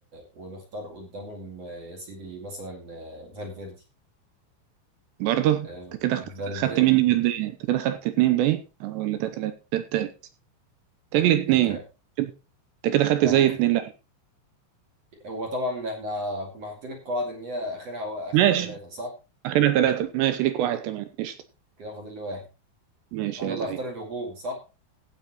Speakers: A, on the right; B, on the right.
A: ونختار قدامهم آه، يا سيدي مثلا آه، فالفيردي
B: برضه
A: آه،
B: انت كده اخترت
A: فالفيردي
B: خدت مني ماديا انت كده خدت اتنين باين أو ولا ده تلاتة ده التالت تجلي اتنين
A: انت
B: كده- انت كده خدت
A: يعني
B: زي
A: أك-
B: اتنين لا
A: هو طبعا احنا كنا حاطين القواعد ان هي اخرها و... اخرها
B: ماشي
A: ثلاثه صح
B: اخرها تلاتة ماشي ليك واحد كمان قشطة
A: كده فاضل لي واحد
B: ماشي
A: انا
B: يا
A: اللي
B: زعيم
A: هختار الهجوم صح